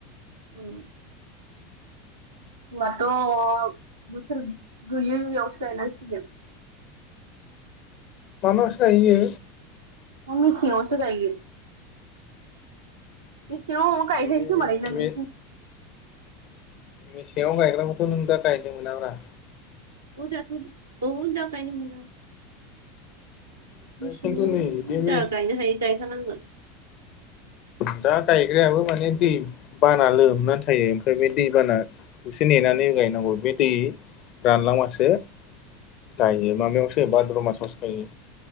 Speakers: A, on the right; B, on the left.
A: औ होनबाथ' बोथोर गैयैयावसो गायनांसिगोन
B: मानासो गायहैयो
A: ना मिसेंआवसो गायो बेसे गायबाय
B: नैबे
A: खोमालै ना
B: मे
A: नोंसि
B: मेसेङाव गायग्राखौथ' नों दा गायनो मोनाब्रा
A: औ दाथ औ दा गायनो मोना
B: ओमफ्राय
A: मेसेङाव
B: खिन्थु नै बे मे
A: जा गायनो हाय गायखानांगोन
B: दा गायग्रायाबो माने दै बाना लोमनानै थायो ओमफ्राय बे दै बाना गसे नेनानै गायनांगौ बे दै रानलांबासो गायो माबायावसो भाद्र मासावसो गायो